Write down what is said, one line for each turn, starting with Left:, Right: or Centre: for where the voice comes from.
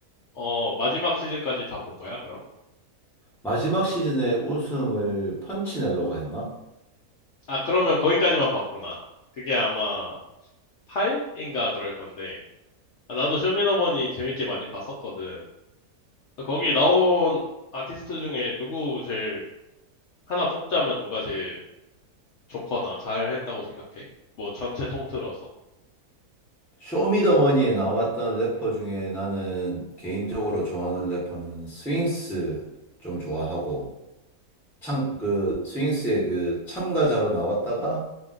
Left: 어, 마지막 시즌까지 다 본 거야, 그럼?
Centre: 마지막 시즌에 우승을 펀치넬로가 했나?
Left: 아, 그러면 거기까지만 봤구나. 그게 아마 8인가 그럴 건데 아, 나도 쇼미더머니 재밌게 많이 봤었거든. 거기 나온 아티스트 중에 누구 제일 하나 뽑자면 누가 제일 좋거나 잘했다고 생각해? 뭐 전체 통틀어서.
Centre: 쇼미더머니에 나왔던 래퍼 중에 나는 개인적으로 좋아하는 래퍼는 스윙스 좀 좋아하고 참 그 스윙스의 그 참가자로 나왔다가